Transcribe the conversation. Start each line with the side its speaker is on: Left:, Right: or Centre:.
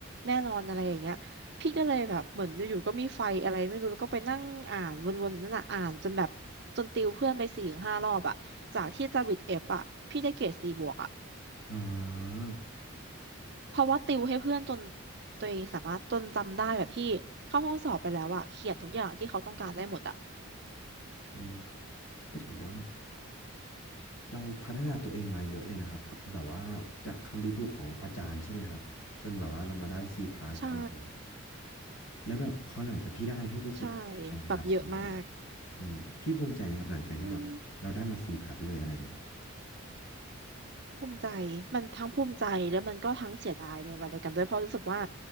Right: แน่นอนอะไรอย่างเงี้ย พี่ก็เลยแบบเหมือนอยู่ๆก็มีไฟอะไรไม่รู้แล้วก็ไปนั่งอ่านวนๆนั่นน่ะอ่านจนแบบจนติวเพื่อนไปสี่ถึงห้ารอบอะจากที่จะวิดเอฟอะพี่ได้เกรดสี่บวกอะ
Left: อ่า
Right: เพราะว่าติวให้เพื่อนจนตัวเองสามารถจนจำได้แบบพี่เข้าห้องสอบไปแล้วอะเขียนทุกอย่างที่เขาต้องการได้หมดอะ
Left: อืมก็ถือว่าเราพัฒนาตัวเองมาเยอะเลยนะครับก็แบบว่าจากคำดูถูกของอาจารย์ใช่ไหมครับจนแบบว่าเรามาได้ซีพาร์ทอะไรอย่างนี้ย
Right: ใช่
Left: แล้วแบบพอหลังจากพี่ได้พี่รู้สึกภูมิใจไหมครับผมว่าแบบ
Right: ใช่แบบเยอะมาก
Left: อืมพี่ภูมิใจไหมครับหลังจากที่แบบเราได้มาซีพาร์ทเลยอะไรเงี้ยครับ
Right: อืม ภูมิใจมันทั้งภูมิใจแล้วมันก็ทั้งเสียดายในเวลาเดียวกันด้วยเพราะรู้สึกว่า